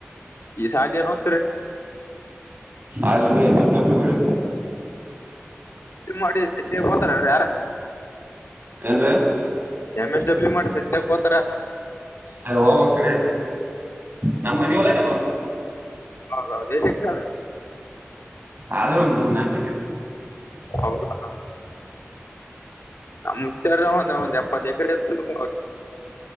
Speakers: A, on the left; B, on the right.
A: ಈ ಶಾಲಿ ಏನ್ ಹತ್ರಿ
B: ಅಲ್ರಿ ಎಮ ಎಸ್ ಡಬ್ಲ್ಯೂ ಮಾಡರಿ
A: ಮಾಡಿ ಎತ್ತ ಹೋತಾರ ಯಾರ
B: ಏನ್ ರೀ
A: ಎಂ ಎಸ್ ಡಬ್ಲ್ಯೂ ಮಾಡಿ ಸತ್ಯಕ್ಕೆೋತಾರ
B: ಅ ಹೋಗ್್ರೀ ನಮ್ಮ ಮನ ಹೊಲಾವ
A: ಹೌದದು ದೇಶಕ್ಕ ಅದೆ
B: ಆದ್ರೆ ಒಂದ್ ಮೂ ನಾಕ ರ
A: ಹೌದು ಹಾ ನಮ್ ಮುತ್ಯ ಒಂದ ಎಪ್ಪತ್ತ ಎಕರೆ ಇತ್ತು